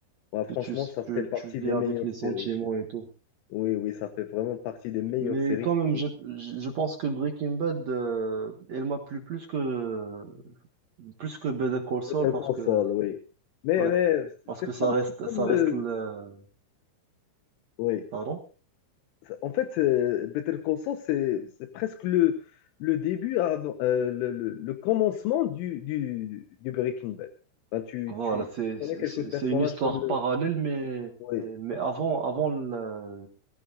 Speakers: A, on the left (about 80°); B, on the right (about 65°).
A: Ouais, franchement,
B: que tu,
A: ça fait
B: tu,
A: partie
B: tu vis
A: des
B: avec
A: meilleures
B: les
A: séries.
B: sentiments et tout.
A: Oui, oui, ça fait vraiment partie des meilleures
B: Mais
A: séries
B: quand
A: que
B: même,
A: j'ai
B: je,
A: vues.
B: je je pense que Breaking Bad, euh, elle m'a plu plus que Plus que Better Call Saul
A: C'est un
B: parce
A: console,
B: que
A: oui. Mais,
B: ouais
A: mais
B: parce
A: c'est
B: que
A: comme,
B: ça reste
A: c'est comme
B: ça
A: le...
B: reste le
A: Oui.
B: pardon
A: Ça- En fait, c'est- Better Call Saul, c'est c'est presque le, le début, avant- euh, le, le, le commencement du, du, du Breaking Bad. Ben, tu,
B: voilà
A: tu
B: c'est
A: connais
B: c'est
A: quelques personnages
B: c'est une histoire
A: comme le...
B: parallèle mais
A: Oui.
B: mais avant avant la-